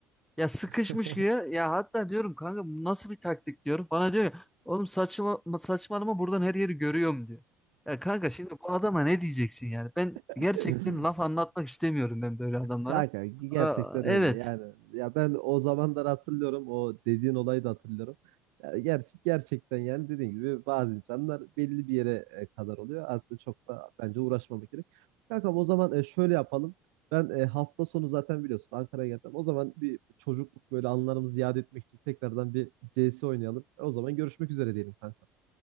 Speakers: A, in the centre; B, on the right.
A: Ya sıkışmış
B: <laughs>
A: diyor. Ya hatta diyorum kanka bu nasıl bir taktik diyorum. Bana diyor ya, oğlum saçma, saçmalama buradan her yeri görüyorum diyor. Ya kanka şimdi bu adama ne diyeceksin yani? Ben
B: <laughs>
A: gerçekten laf anlatmak istemiyorum ben böyle adamlara.
B: Kanka gerçekten
A: Aa, evet.
B: öyle yani ya ben o zamanlar hatırlıyorum o dediğin olayı da hatırlıyorum. Ya ger- gerçekten yani dediğin gibi bazı insanlar belli bir yere e, kadar oluyor. Artık çok da bence uğraşmamak gerek. Kankam o zaman e, şöyle yapalım. Ben e, hafta sonu zaten biliyorsun Ankara'ya geleceğim. O zaman bir çocukluk böyle anılarımızı yad etmek için tekrardan bir CS oynayalım. O zaman görüşmek üzere diyelim kanka.